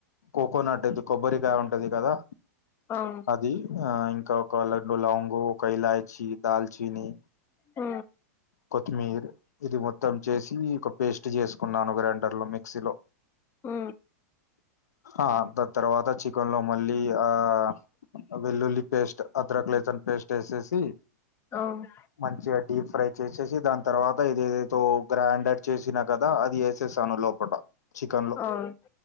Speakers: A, on the left (about 80°); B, on the left (about 25°).
A: కోకోనట్ ఇది కొబ్బరికాయ ఉంటది కదా
B: అవును
A: ఇది ఆ ఇంకా ఒక లడ్డు లవంగు ఒక ఇలాచి దాల్చీని
B: ఆ
A: కొత్తిమీర ఇది మొత్తం చేసి పేస్ట్ చేసుకున్నాను గ్రైండర్లో మిక్సీలో
B: ఉ
A: ఆ త తర్వాత చికెన్ లో మళ్ళీ ఆ అ వేల్లుల్లి పేస్ట్ అద్రక లేసన్ పేస్ట్ వేసేసి
B: అవునా
A: మంచిగా డీప్ ఫ్రై చేసేసి దాని తర్వాత ఇది ఏదేదో గ్రైండడ్ చేసినా కదా అది వేసేస్తాను లోప లోపట చికెన్ లో
B: అవును అవును